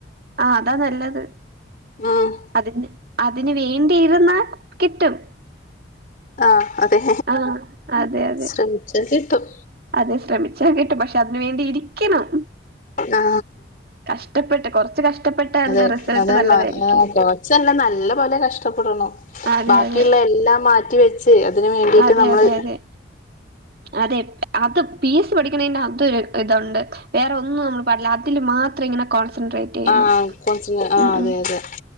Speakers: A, on the right; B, on the left.
A: ആ അതാ നല്ലത്
B: ഉം
A: അതിന്ന് അതിന് വേണ്ടിയിരുന്നാൽ കിട്ടും
B: ആ അതെ
A: ആഹ് അതെ അതെ
B: ശ്രമിച്ചാൽ കിട്ടും
A: അതെ ശ്രമിച്ചാ കിട്ടും പക്ഷെ അതിന് വേണ്ടി ഇരിക്കണം.
B: ആ
A: കഷ്ടപ്പെട്ട് കൊറച്ച് കഷ്ടപ്പെട്ടാ
B: അതെ
A: എന്താ റിസൾട്ട്
B: അതെന്നെ
A: നല്ലതായിരിക്കും
B: കൊറച്ചെല്ലാം നല്ല പോലെ കഷ്ടപ്പെടണം
A: അതെ
B: ബാക്കിയുള്ള
A: അതെ
B: എല്ലാം മാറ്റിവെച്ച് അതിന് വേണ്ടിട്ട്
A: അതെ
B: നമ്മള്
A: അതെ അതെ അതെ അത് പി എസ് സി പഠിക്കണത് ഒരു ഇതുണ്ട് വേറെ ഒന്നും നമ്മൾ പടില്ല അതിൽ മാത്രം ഇങ്ങനെ കോ ൺസൻട്രേറ്റ് ചെയ്യണം
B: ആഹ് കൊറച്ച് ആഹ്
A: മു മു
B: അതെ അതെ